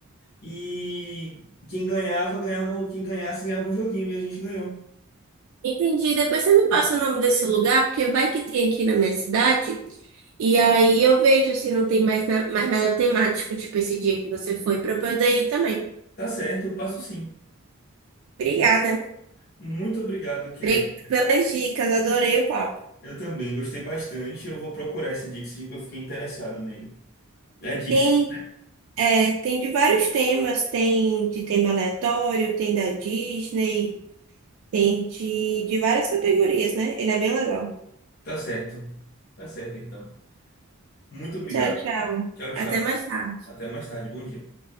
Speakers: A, on the left (about 45°); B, on the right (about 70°).
A: e quem ganhava, ganhava, um, quem ganhasse, ganhava um joguinho e a gente ganhou.
B: Entendi. Depois você me passa o nome desse lugar, porque vai que tem aqui na minha cidade. E aí eu vejo se não tem mais, na- mais nada temático, tipo esse dia que você foi, para eu poder ir também.
A: Tá certo, eu passo sim.
B: Obrigada.
A: Muito obrigado, Kelly.
B: Obrigada pelas dicas, adorei o papo.
A: Eu também gostei bastante. Eu vou procurar esse Dixit que eu fiquei interessado nele. É Dixit,
B: Tem, é, tem de vários temas, tem de tema aleatório, tem da Disney. Tem de, de várias categorias, né? Ele é bem legal.
A: tá certo. Tá certo, então. Muito obrigado.
B: Tchau, tchau.
A: Tchau, tchau.
B: Até mais tarde.
A: Até mais tarde. Bom dia.